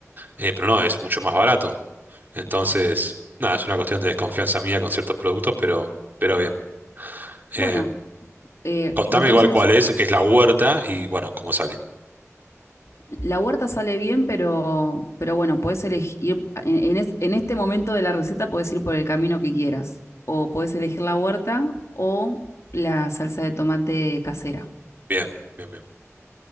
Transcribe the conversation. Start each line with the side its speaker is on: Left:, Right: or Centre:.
Right: Eh, pero no, es mucho más barato. Entonces, nada, es una cuestión de desconfianza mía con ciertos productos, pero, pero bien.
Left: Bueno,
Right: Eh,
Left: eh,
Right: contame
Left: entonces...
Right: igual cuál es, que es la huerta y bueno, cómo sale.
Left: La huerta sale bien, pero, pero bueno, puedes elegir, en, en es- en este momento de la receta puedes ir por el camino que quieras. O puedes elegir la huerta o la salsa de tomate casera.
Right: Bien, bien, bien.